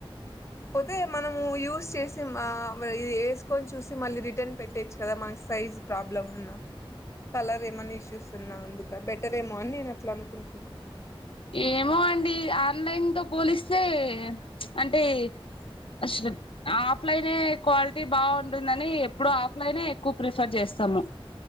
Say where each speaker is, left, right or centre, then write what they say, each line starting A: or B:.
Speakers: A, on the left; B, on the left.
A: అయితే మనము యూస్ చేసి ఇది వేసుకొని చూసి మళ్ళీ రిటర్న్ పెట్టొచ్చు కదా మనకి సైజు ప్రాబ్లమ్ ఉన్నా కలర్ ఏమన్నా ఇష్యూస్ ఉన్నా అందుక బెటర్ ఏమో అని నేను అట్లా అనుకుంటున్నా
B: ఏమో అండి ఆన్లైన్ తో పోలిస్తే అంటే అసలు ఆఫ్లైనే క్వాలిటీ బాగుంటుందని ఎప్పుడు ఆఫ్లైనే ఎక్కువ ప్రిఫర్ చేస్త స్తాము